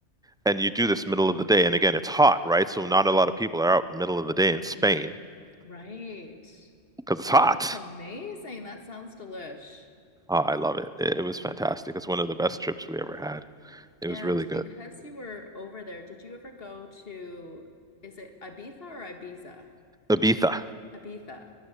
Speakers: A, in the centre; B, on the left.
A: And you do this middle of the day. And again, it's hot, right? So not a lot of people are out middle of the day in Spain
B: Right.
A: because it's
B: Oh,
A: hot.
B: that's amazing. That sounds delish.
A: Oh, I love it. it. It was fantastic. It's one of the best trips we ever had. It
B: And
A: was really good.
B: because you were over there, did you ever go to, is it Ibiza or Ibiza?
A: Ibiza.
B: Ibiza.